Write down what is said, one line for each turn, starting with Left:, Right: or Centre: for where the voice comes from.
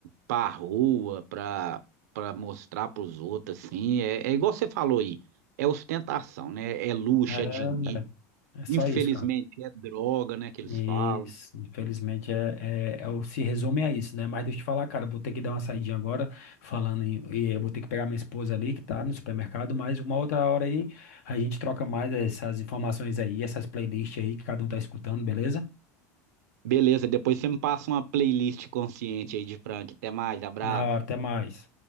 Right: pra rua, pra, pra mostrar pros outros, assim, é, é igual você falou aí, é ostentação, né? É luxo,
Left: É,
Right: é dinheiro,
Left: é só
Right: infelizmente
Left: isso, cara.
Right: é droga, né, que eles
Left: Isso,
Right: falam.
Left: infelizmente é, é, é o- se resume a isso, né? Mas deixa eu te falar, cara, vou ter que dar uma saidinha agora, falando em, e eu vou ter que pegar minha esposa ali que tá no supermercado, mas uma outra hora aí a gente troca mais essas informações aí, essas playlists aí que cada um tá escutando, beleza?
Right: Beleza, depois você me passa uma playlist consciente aí de Frank. Até mais, abraço.
Left: Na hora, até mais.